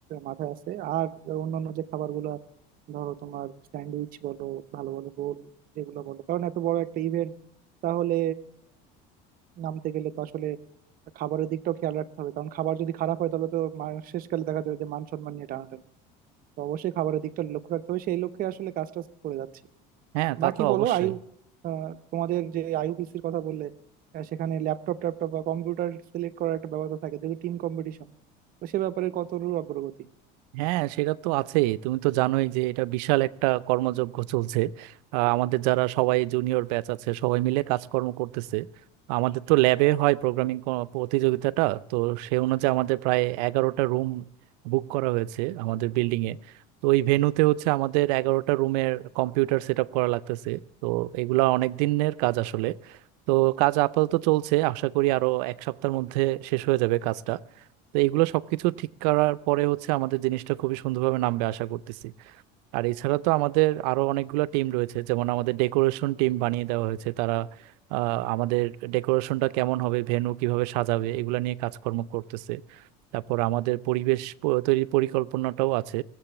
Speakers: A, on the right; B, on the right.
A: মাথায় আছে আর অন্যান্য যে খাবারগুলো ধরো তোমার স্যান্ডউইচ বলো ভালো ভালো রোল যেগুলো বলো কারণ এত বড় একটা ইভেন্ট তাহলে নামতে গেলে তো আসলে খাবারের দিকটাও খেয়াল রাখতে হবে কারণ খাবার যদি খারাপ হয় তাহলে তো মা- শেষকালে দেখা যাবে যে মান সম্মান নিয়ে টানাটানি তো অবশ্যই খাবারের দিকটা লক্ষ্য রাখতে হবে সেই লক্ষ্যে আসলে কাজ টাজ করে যাচ্ছি
B: হ্যাঁ তা
A: বাকি
B: তো
A: বলো
B: অবশ্যই
A: আইউ আহ, তোমাদের যে আইইউপিসির কথা বললে আহ, সেখানে ল্যাপটপ ট্যাপটপ বা কম্পিউটার সিলেক্ট করার একটা ব্যাপার তো থাকে যেহেতু টিম কম্পিটিশন তো সে ব্যাপারে কতটুকু অগ্রগতি
B: হ্যাঁ সেটা তো আছেই তুমি তো জানোই যে এটা বিশাল একটা কর্মযজ্ঞ চলছে আহ, আমাদের যারা সবাই জুনিয়র ব্যাচ আছে সবাই মিলে কাজকর্ম করতেছে আমাদের তো ল্যাবে হয় প্রোগ্রামিং প্রতিযোগিতাটা তো সে অনুযায়ী আমাদের প্রায় এগারোটা রুম বুক করা হয়েছে আমাদের বিল্ডিং এ তো ওই ভেন্যুতে হচ্ছে আমাদের এগারোটা রুমের কম্পিউটার সেট আপ করা লাগতেছে তো এগুলা অনেক দিনের কাজ আসলে তো কাজ আপাতত চলছে আশা করি আরো এক সপ্তাহের মধ্যে শেষ হয়ে যাবে কাজটা তো এগুলো সবকিছু ঠিক করার পরে হচ্ছে আমাদের জিনিসটা খুবই সুন্দরভাবে নামবে আশা করতেছি আর এছাড়া তো আমাদের আরো অনেকগুলো টিম রয়েছে যেমন আমাদের ডেকোরেশন টিম বানিয়ে দেওয়া হয়েছে তারা আহ, আমাদের ডেকোরেশনটা কেমন হবে ভেন্যু কিভাবে সাজাবে এগুলা নিয়ে কাজকর্ম করতেছে তারপর আমাদের পরিবেশ প- তৈরির পরিকল্পনাটাও আছে